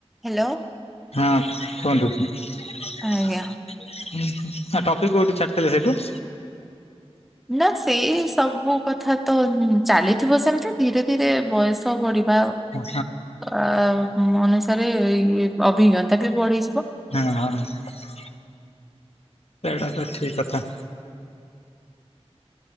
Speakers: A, in the centre; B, on the left.
A: Hello
B: ହଁ କୁହନ୍ତୁ। ନା
A: ଆଜ୍ଞା।
B: ଟପିକ୍ କୋଉଠି ଛାଡ଼ି ଥିଲେ ସେଇଠୁ।
A: ନା ସେଇ ସବୁ କଥା ତ ଚାଲିଥିବ ସେମିତି ଧୀରେ ଧୀରେ ବୟସ ବଢି ବା
B: ହଁ
A: ଅ ଅନୁଷାରେ ଅଭିଜ୍ଞତା ଟିକେ ବଢି
B: ହଁ ହ ସେଇଟା ତ ଠିକ କଥା।